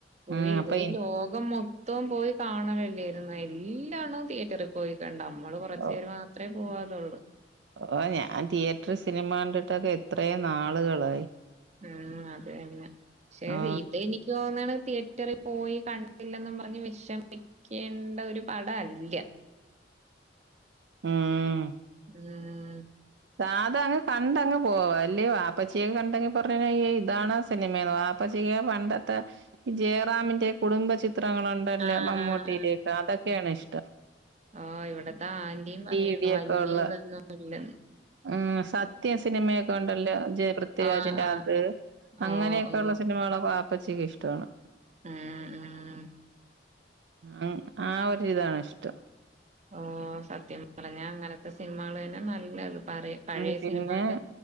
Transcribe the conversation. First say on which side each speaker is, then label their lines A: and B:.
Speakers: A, on the right; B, on the right.
A: ആ
B: ഓയിത്
A: അപ്പൊ ഇൻ
B: ലോകം മൊ ത്തവും പോയി കാണവെല്ലാര്ന്നു എല്ലാണ്ണോം തിയേറ്ററി പോയി കണ്ട് നമ്മള് കൊറച്ച്
A: ഓ
B: പേര് മാ ത്രേ പോവാതൊള്ളൂ
A: ഓ ഞാൻ തിയേറ്റർ സിനിമ കണ്ടിട്ടൊക്കെ എത്രേം നാളുകളായി
B: ഉം അതെന്നെ ശ്ശെ
A: ആ
B: ഇതിനി തോന്നണ് തിയേറ്ററി പോയി കണ്ടില്ലെന്നും പറഞ്ഞ് വെഷമി ക്കേണ്ട ഒരു പടല്ല
A: ഉം
B: ഉം
A: സാധാങ്ങ് കണ്ടങ്ങ് പോവാല്ലേ വാപ്പച്ചിയ കണ്ടങ് കൊറേ നേയായ് ഇതാണാ സ് പിന്നിമ്മ വാപ്പച്ചി യ്യ പണ്ടത്തെ ജയറാമിന്റെ കുടുംബ ചിത്രങ്ങളൊ ണ്ടല്ല
B: ആഹ്
A: മമ്മൂട്ടിയിടൊക്ക
B: ആഹ്
A: അതൊക്കാണിഷ്ടം
B: ആ ഇവിട്ത്ത ആന്റീം പറയ്ണ്
A: ഇടിയൊക്കെ
B: വലൃയിതൊന്നും
A: ഉള്ള
B: അല്ല
A: ഉം സത്യം സിനിമയൊക്കെണ്ടല്ലോ ജയ പൃഥ്വിരാജിന്റെ
B: ആഹ് ആഹ്
A: അത് അങ്ങനെക്കൊള്ള
B: ഓ ഓ
A: സിനിമകളൊക്ക വാപ്പച്ചിക്കിഷ്ടാണ്
B: ഉം ഉം
A: ഉം ആ ഒരിതാണ്ഷ്ടം
B: ഓ സത്യം പറഞ്ഞാ അങ്ങനത്തെ സിനിമകളന്നെ നല്ലത് പറെ പഴയ
A: ഉം പിന്നെ
B: സിനിമക്കെ